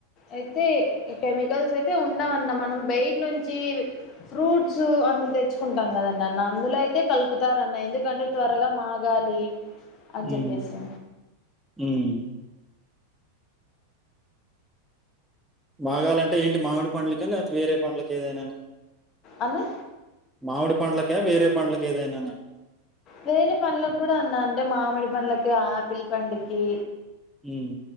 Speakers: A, on the left (about 35°); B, in the centre.
A: అయితే ఇ కెమికల్స్ అయితే ఉండవన్న మనం బైటి నుంచి ఫ్రూట్స్ అందు తెచ్చుకుంటాం కదండి అన్న అందులో అయితే కలుపుతారన్న ఎందుకంటే త్వరగా మాగాలి అని చెప్పేసి
B: ఉమ్ ఉమ్ మాగాలంటే ఏంటి మామిడి పండ్లుకా లేతే వేరే పండ్లుకి ఏదైనాన
A: అన్న
B: మావిడి పండ్లక వేరే పండ్లకు ఏదైనాన
A: వేరే పండ్లకు కూడా ఉన్న అంటే మామిడి పండ్లకి ఆపిల్ పండుకి
B: హ్మ్.